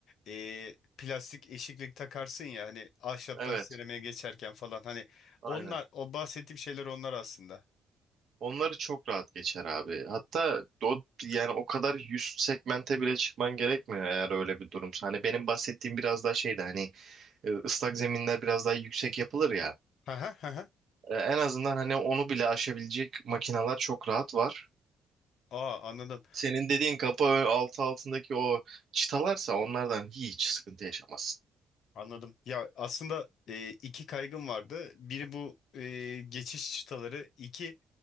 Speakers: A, on the left; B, on the right.
A: e, plastik eşiklik takarsın ya hani ahşaptan
B: Evet
A: seramiğe geçerken falan hani
B: aynen.
A: onlar o bahsettiğim şeyler onlar aslında.
B: Onları çok rahat geçer abi. Hatta o, yani o kadar üst segmente bile çıkman gerekmiyor eğer öyle bir durumsa. Hani benim bahsettiğim biraz daha şeydi hani e, ıslak zeminler biraz daha yüksek yapılır ya.
A: Ha ha ha.
B: E, En azından hani onu bile aşabilecek makineler çok rahat var.
A: Aa anladım.
B: Senin dediğin kapı ö- altı altındaki o çıtalarsa onlardan hiç sıkıntı yaşamazsın.
A: Anladım. Ya aslında e, iki kaygım vardı. Biri bu e, geçiş çıtaları. İki